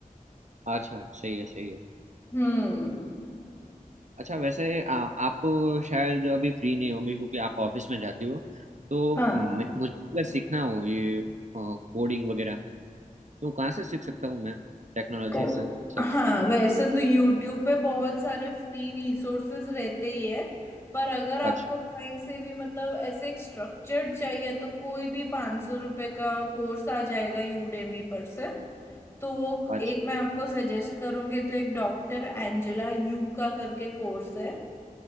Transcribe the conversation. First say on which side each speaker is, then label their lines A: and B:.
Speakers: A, on the right; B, on the left.
A: अच्छा सही है सही है
B: हम्म
A: अच्छा वैसे आ, आप शायद अभी फ्री नहीं होंगे क्योंकि आप ऑफिस में जाती हो तो
B: हाँ
A: मैं- मुझे अगर सीखना हो ये कोडिंग वगैरह तो कहाँ से सीख सकता हूँ मैं टेक्नोलॉजी
B: तो
A: से सब
B: हाँ वैसे तो YouTube पे बहुत सारे फ्री रिसोर्सेज रहते ही है पर अगर आपको
A: अच्छा
B: कहीं से भी मतलब ऐसे एक स्ट्रक्चर्ड चाहिए तो कोई भी पाँच सौ रुपये का कोर्स आ जाएगा यूडेमी पर से तो वो
A: अच्छा
B: एक मैं आपको सजेस्ट करूंगी तो एक डॉक्टर एंजेला यू का करके कोर्स है